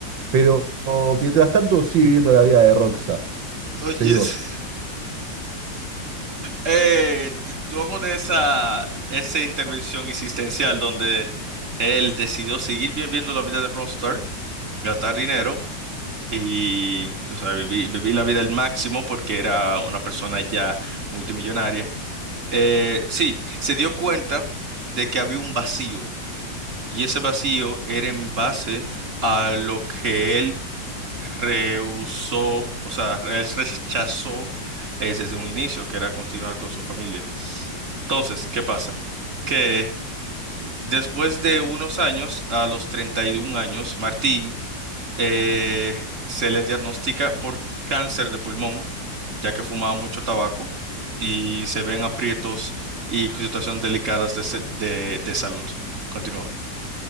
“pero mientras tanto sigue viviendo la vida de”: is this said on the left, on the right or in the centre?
Right